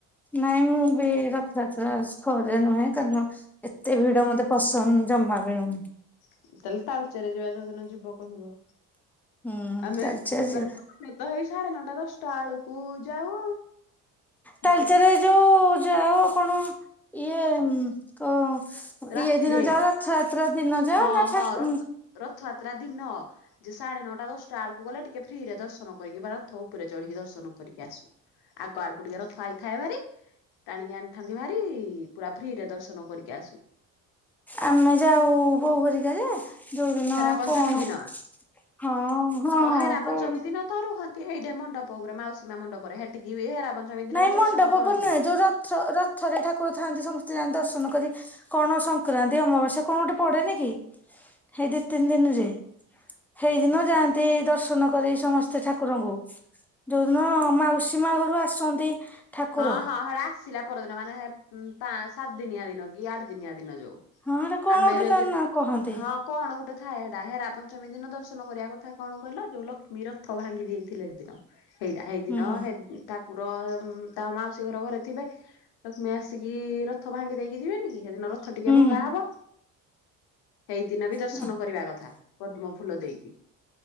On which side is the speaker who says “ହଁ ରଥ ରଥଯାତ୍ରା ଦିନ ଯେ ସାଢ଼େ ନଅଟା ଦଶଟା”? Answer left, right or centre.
Left